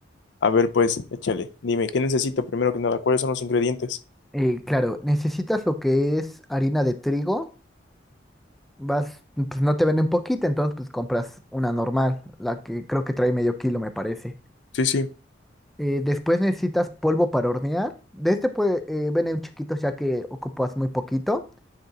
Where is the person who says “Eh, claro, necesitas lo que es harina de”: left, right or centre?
Centre